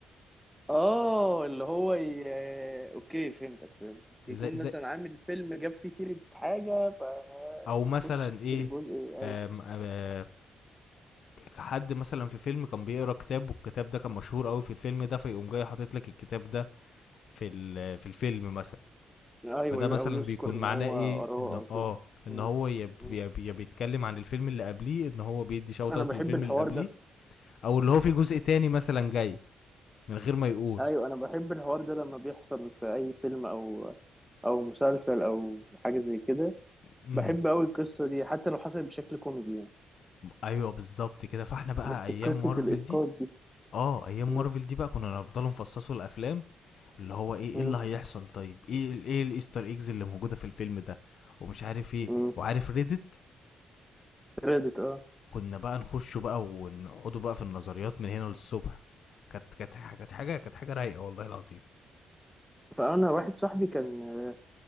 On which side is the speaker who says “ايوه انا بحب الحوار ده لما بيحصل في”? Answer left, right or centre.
Centre